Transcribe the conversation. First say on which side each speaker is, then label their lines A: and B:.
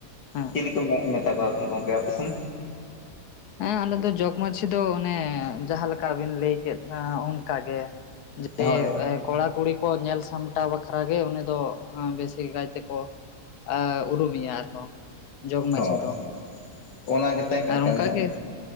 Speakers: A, on the left; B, on the left.
A: ᱦᱮᱸ
B: ᱪᱤᱞᱤ ᱠᱚ ᱢᱮ ᱢᱮᱛᱟ ᱠᱚᱣᱟ ᱜᱚᱝᱠᱮ ᱟᱯᱮ ᱥᱮᱱ
A: ᱮᱸ ᱟᱞᱮ ᱫᱚ ᱡᱚᱜᱽ ᱢᱟᱺᱡᱷᱤ ᱫᱚ ᱚᱱᱮ ᱡᱟᱦᱟᱸ ᱞᱮᱠᱟ ᱵᱤᱱ ᱞᱟᱹᱭ ᱠᱮᱫ ᱚᱱᱠᱟ ᱜᱮ ᱡᱮ
B: ᱦᱳᱭ
A: ᱠᱚᱲᱟᱼᱠᱩᱲᱤ ᱠᱚ ᱧᱮᱞ ᱥᱟᱢᱴᱟᱣ ᱵᱟᱠᱷᱨᱟ ᱜᱮ ᱩᱱᱤ ᱫᱚ ᱵᱮᱥᱤ ᱠᱟᱭᱛᱮᱠᱚ ᱟ ᱩᱨᱩᱢᱮᱭᱟ ᱟᱨᱦᱚᱸ ᱡᱚᱜᱽ ᱢᱟᱺᱡᱷᱤ
B: ᱦᱳᱭ
A: ᱫᱚ
B: ᱚᱱᱟ ᱜᱮᱛᱟᱭ
A: ᱟᱨ
B: ᱠᱟᱹᱢᱤ
A: ᱚᱱᱠᱟᱜᱮ
B: ᱦᱟᱸᱜ